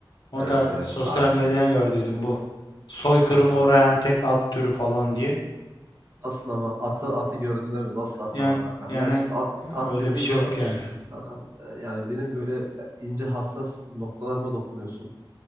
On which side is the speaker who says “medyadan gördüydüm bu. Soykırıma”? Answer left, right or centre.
Left